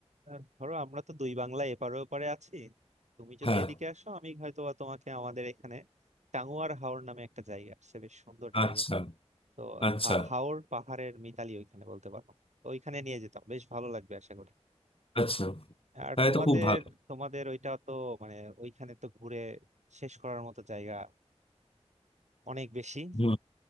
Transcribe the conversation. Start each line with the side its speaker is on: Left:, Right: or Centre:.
Right: আর ধরো আমরা তো দুই বাংলা এপারে ওপারে আছি তুমি যদি
Left: হ্যাঁ
Right: এদিকে আসো আমি হয়তো বা তোমাকে আমাদের এখানে টাঙ্গুয়ার হাওর নামে একটা জায়গা আছে বেশ সুন্দর জায়গা
Left: আচ্ছা
Right: তো
Left: আচ্ছা
Right: হা- হাওর পাহাড়ের মিতালি ওইখানে বলতে পারো তো ওইখানে নিয়ে যেতাম বেশ ভালো লাগবে আশা করি
Left: আচ্ছা
Right: আর
Left: তাহলে
Right: তোমাদের
Left: তো খুব ভালো
Right: তোমাদের ওইটা তো মানে ওইখানে তো ঘুরে শেষ করার মতো জায়গা অনেক বেশি
Left: হুম